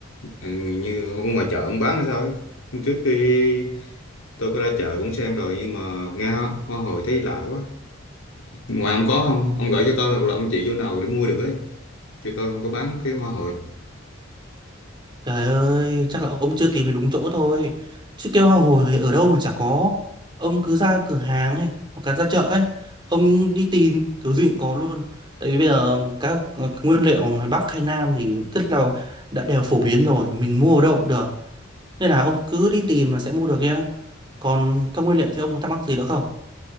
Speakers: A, on the left (about 80°); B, on the right (about 25°).
A: Hình như ở ngoài chợ ông bán hay sao ấy. Hôm trước khi tôi có ra chợ cũng xem rồi nhưng mà nghe hoa hồi thấy lạ quá. Ngoài ông có không? Ông gửi cho tôi hoặc là ông chỉ chỗ nào để mua được ấy. Chỗ tôi không có bán cái hoa hồi.
B: Trời ơi, chắc là ông chưa tìm được đúng chỗ thôi. Chứ keo hoa hồi ở đâu mà chả có. Ông cứ ra cửa hàng ấy, hoặc là ra chợ ấy, ông đi tìm kiểu gì cũng có luôn. Tại vì bây giờ các ờ, nguyên liệu ngoài Bắc hay Nam thì rất là đã đều phổ biến rồi, mình mua ở đâu cũng được. Nên là ông cứ đi tìm là sẽ mua được nhá. Còn các nguyên liệu thì ông có thắc mắc gì nữa không?